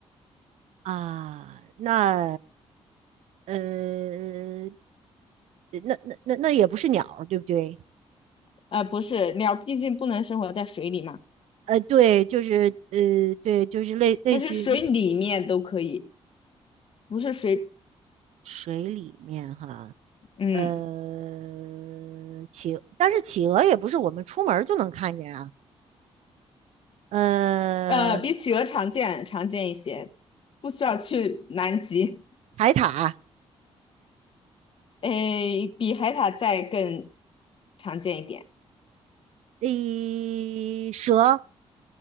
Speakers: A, on the right (about 80°); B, on the left (about 50°).
A: 啊，那呃，呃那那那那也不是鸟儿，对不对？
B: 呃，不是，鸟毕竟不能生活在水里嘛，
A: 呃，对，就是呃，对，就是类类似于
B: 但是水里面都可以，不是水
A: 水里面哈，
B: 嗯，
A: 呃，企，但是企鹅也不是我们出门儿就能看见啊，呃，
B: 呃，比企鹅常见常见一些，不需要去南极，
A: 海獭，
B: 诶，比海獭再更常见一点
A: 诶，蛇